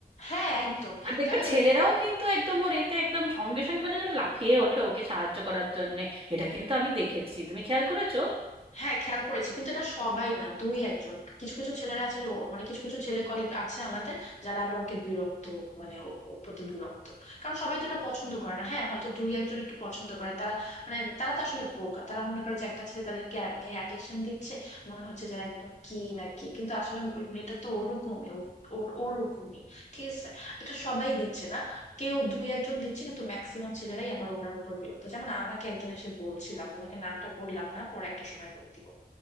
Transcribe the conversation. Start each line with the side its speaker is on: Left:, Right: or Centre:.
Left: হ্যাঁ একদম
Right: আর দেখবে
Left: জানো তুমি
Right: ছেলেরাও কিন্তু একদম ওর এতে একদম সঙ্গে সঙ্গে মানে যেন লাফিয়ে ওঠে ওকে সাহায্য করার জন্য এটা কিন্তু আমি দেখেছি তুমি খেয়াল করেছো
Left: হ্যাঁ খেয়াল করেছি কিন্তু এটা সবাই না দুই একজন কিছু কিছু ছেলেরা আছে যে ও- মানে কিছু কিছু ছেলে কলিগ আছে আমাদের যারা আবার ওকে বিরক্ত মানে ও- ওর প্রতি বিরক্ত কারণ সবাই তো এটা পছন্দ করে না হ্যাঁ হয়তো দুই একজন একটু পছন্দ করে তারা মানে তারা তো আসলে বোকা তারা মনে করে যে একটা ছেলে তাদেরকে এ- মেয়ে অ্যাটেনশন দিচ্ছে মনে হচ্ছে যেন একদম কি না কি কিন্তু আসলে ওই মেয়েটা তো ওরকমই ওর ওর- ওরকমই ঠিক আছে এটা সবাই দিচ্ছে না কেউ দুই একজন দিচ্ছে কিন্তু ম্যাক্সিমাম ছেলেরাই আবার ওনার উপর বিরক্ত যেমন আমাকে একজন এসে বলছিল আমি তোমাকে নামটা বললাম না পরে একটা সময় বলে দিব